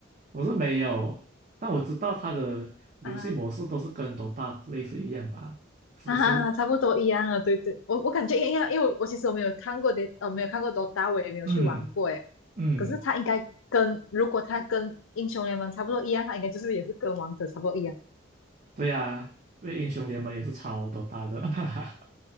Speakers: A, on the right; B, on the left.
A: 我是没有，但我知道他的游戏模式都是跟多大类似一样吧？
B: 啊
A: 是不是？
B: 啊，差不多一样啊，对对，我我感觉一样，因为我我其实我没有看过的，呃，没有看过 DOTA，我也没有去玩过诶，
A: 嗯嗯，
B: 可是他应该跟如果他跟英雄联盟差不多一样，他应该就是也是跟王者差不多一样
A: 对呀、因为英雄联盟也是超 Dota 的，<laughs> 哈哈